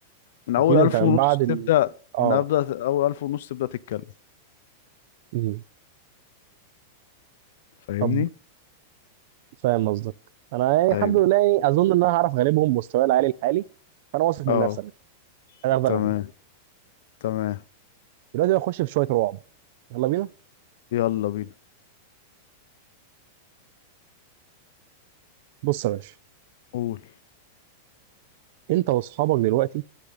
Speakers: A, on the left; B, on the right.
A: من
B: اكيد
A: اول الف
B: انت من
A: ونص
B: بعد ال
A: تبدأ
B: اه
A: من ابدأ اول الف ونص تبدأ تتكلم
B: مم.
A: فاهمني
B: طب فاهم قصدك انا يعني الحمد
A: ايوه
B: لله يعني اظن ان انا هعرف اغلبهم مستواي العالي الحالي فانا واثق من
A: اه
B: نفسي يا باشا انا هعرف
A: تمام
B: اغلبهم
A: تمام
B: دلوقتي هخش في شويه رعب يلا بينا
A: يلا بينا
B: بص يا باشا
A: قول
B: انت واصحابك دلوقتي